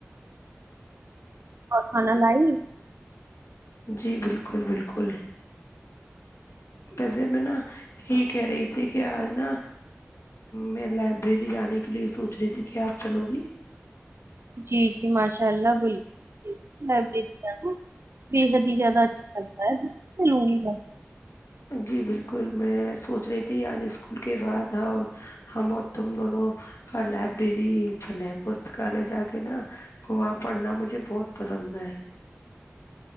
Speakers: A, on the right; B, on the left.
A: اور کھانا لائی
B: جی بالکل بالکل ویسے میں نا یہ کہہ رہی تھی کہ آج نا میں لائبریری جانے کے لیے سوچ رہی تھی کہ آپ چلو گی
A: جی جی ماشاء اللہ بل لائبریری کا بے حد ہی زیادہ اچھا لگتا ہے چلوں گی
B: جی بالکل میں سوچ رہی تھی آج اسکول کے بعد اور ہم اور تم دونوں لائبریری چلے ہیں پستکال جا کے نا وہاں پڑھنا مجھے بہت پسند ہے